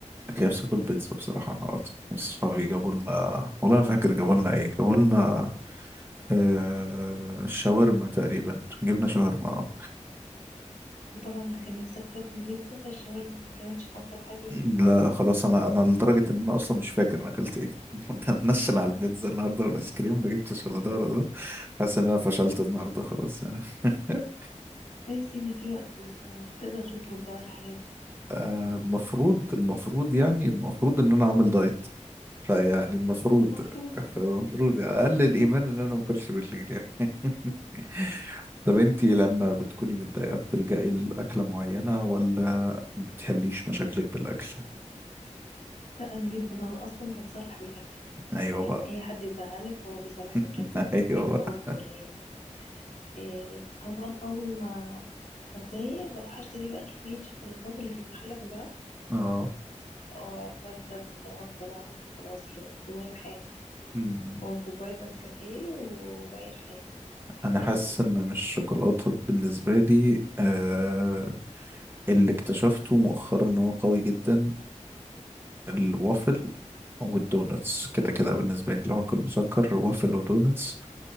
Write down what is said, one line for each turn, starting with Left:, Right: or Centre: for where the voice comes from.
Right: كيف اكل بيتزا بصراحه النهارده وصحابي جابوا لنا والله ما فاكر جابوا لنا ايه جابوا لنا آه... شاورما تقريبا جبنا شاورما آه.
Left: وطبعا انت كان نفسك تاكل بيتزا فالشاورما ما كانتش ألطف حاجة بالنسبة
Right: مم. لا
Left: لك
Right: خلاص انا انا لدرجه ان انا اصلا مش فاكر انا اكلت ايه <laughs> انا منشل
Left: <laughs>
Right: على البيتزا النهارده والايس كريم ما جبتش ولا ده ولا ده حاسس ان انا فشلت النهارده خلاص يعني <laughs>
Left: بس ان في وقت لسه تقدر تطلب بقى الحاجات دي
Right: آه، المفروض المفروض يعني المفروض ان انا عامل دايت فيعني المفروض
Left: المفروض
Right: المفروض يعني
Left: اه
Right: اقل الايمان ان انا ما اكلش بالليل يعني <laughs> طب انتي لما بتكوني متضايقة بتلجأي لأكلة معينة ولا ما بتحليش مشاكلك بالأكل؟
Left: لا انا جدا انا اصلا بتصالح بالاكل
Right: أيوه
Left: يعني
Right: بقى
Left: اي حد يزعلني فهو بيصالحني
Right: <laughs>
Left: بالاكل
Right: أيوه
Left: دي معروفة
Right: بقى
Left: في العيلة إيه فطبعا اول ما اتضايق بروح اشتري بقى كمية شوكولاتات اللي في المحل كلها
Right: اه
Left: وبس بقى افضل اقعد خلاص كده صوري في حالي
Right: مم.
Left: وكوباية نسكافيه وبعيش حياتي
Right: أنا
Left: بس
Right: حاسس إن مش الشوكولاتة بالنسبة لي آه اللي اكتشفته مؤخرا إن هو قوي جدا الوافل والدونتس كده كده بالنسبة لي لو هاكل مسكر وافل ودونتس